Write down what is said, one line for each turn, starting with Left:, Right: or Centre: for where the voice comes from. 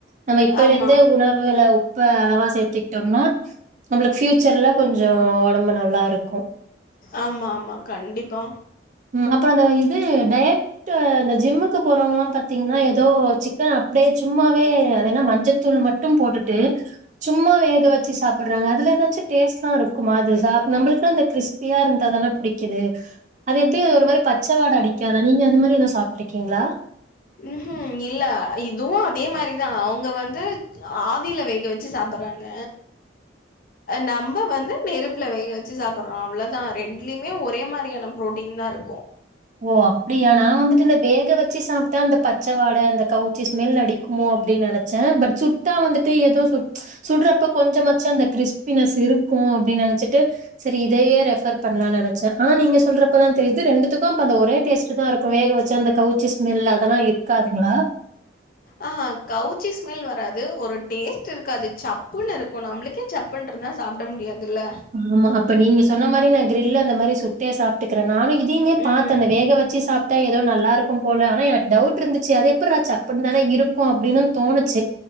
Right: நம்ம இப்பல
Left: ஆமா
Right: இருந்தே உணவுல உப்ப அளவா சேத்துக்ட்டோம்னா நம்ளுக்கு பியூச்சர்ல கொஞ்சோ ஒடம்பு நல்லா இருக்கு
Left: ஆம்மா ஆம்மா கண்டிப்பா
Right: உம் அப்றோ அந்த இது டய ட்டு அந்த ஜிம்முக்கு போறவங்களா பாத்தீங்கனா ஏதோ சிக்கன் அப்டியே சும்மாவே என்ன மஞ்சத்தூள் மட்டு மட்டு போட்டுட்டு சும்மா வேக வெச்சு சாப்பர்றாங்க அதுல ஏதாச்சு டேஸ்ட்டாருக்கு மா அது சா நம்மளுக்குலா அந்த கிரிஸ்பியா இருந்தாதான புடிக்குது அது எப்டி ஒரு மாதி பச்ச வாட அடிக்காதா நீங்க அது மாரி எதா சாப்டுருக்கீங்ளா
Left: ம்ஹும் இல்ல இதுவு அதே மாரிதா அவுங்க வந்து ஆவில வேக வெச்சு சாப்பறாங்க நம்ம வந்து நெருப்புல வேக வெச்சு சாப்பர்றோ அவ்ளோதா ரெண்டுலயுமே ஒரே மாரியான ப்ரோட்டீன் தா இருக்கு
Right: ஓ அப்டியா நா வந்துட்டு இந்த வேக வெச்சு சாப்ட்டா அந்த பச்சவாட அந்த கவுச்சி ஸ்மேல் அடிக்குமோ அப்டின்னு நெனச்சே பட் சுட்டா வந்துட்டு எதோ சு சுடுறப்ப கொஞ்சமாச்சு அந்த கிறிஸ்பினஸ் இருக்கு அப்டினு நெனச்சிட்டு சரி இதயே ரெஃபர் பண்லானு நெனச்சே ஆனா நீங்க சொல்றப்பதா தெரிது ரெண்டுத்துக் க்கு அந்த ஒரே டேஸ்ட் தா இருக்கு வேக வெச்சா அந்த கவுச்சி ஸ்மெல் அதெல்லா இருக்காதுங்ளா
Left: ஆஹா கவுச்சி ஸ்மெல் வராது ஒரு டேஸ்ட் இருக்காது சப்புன்னு இருக்கு நம்ளுக் கே சப்புன்றந்தா சாப்ட முடியாதுல்ல
Right: ஆமா அப்ப நீங்க சொன்ன மாரி நா கிரில்ல அந்த மாரி சுட்டே சாப் டுக்குறே நானு இதையுமே பாத்தே
Left: ம்
Right: அந்த வேக வச்சு சாப் டா எதோ நல்லா இருக்கும் போல ஆனா எனக்கு டவுட் இருந்துச்சி அதெப்புர்றா சப்புன் தான இருக்கு அப்டினு தோணுச்சி